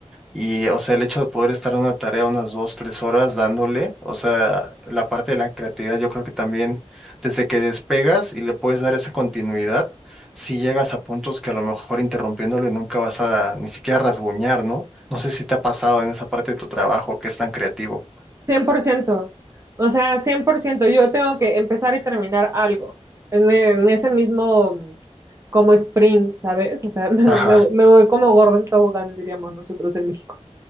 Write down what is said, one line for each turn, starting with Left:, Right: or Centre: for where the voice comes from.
Centre: y, o sea, el hecho de poder estar en una tarea unas dos, tres horas dándole, o sea, la parte de la creatividad, yo creo que también desde que despegas y le puedes dar esa continuidad, si llegas a puntos que a lo mejor interrumpiéndole nunca vas a ni siquiera rasguñar, ¿no? No sé si te ha pasado en esa parte de tu trabajo que es tan creativo.
Right: 100%. O sea, 100%. Yo tengo que empezar y terminar algo en, en ese mismo mm, como sprint, ¿sabes? O sea, <laughs> me,
Centre: Ajá,
Right: me- me voy como gordo en tobogán, diríamos nosotros en México.